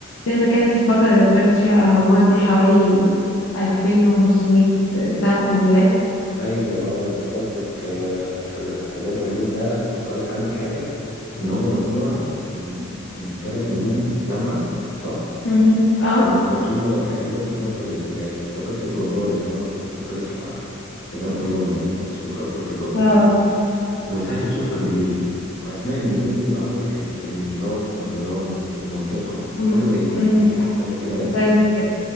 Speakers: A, on the left; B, on the left.
A: زي ما كانت في الفترة اللي اتبنت فيها الأهرامات دي حوالي 2500 سنة قبل الميلاد
B: ايوه اه انت قصدك آه، ح- حزام عريون ده انا كنت قريت عنه حاجه ان هو مجموعه من من ثلاث نجوم لامعه صح
A: مهم. اه
B: ومستقيمه تقريبا في كوكب ال... في كوكبه الجبار اللي هو كوكبه ح- حزام اوريون ده هو اسمه كوكبه الجبار
A: اه
B: برضه وسهل تشوفها بالليل واسماء النجوم دي بالعربي كانت النطاق والنظام والمنطقه
A: مم.
B: حاجه زي
A: مم.
B: حاجه كده
A: زي كده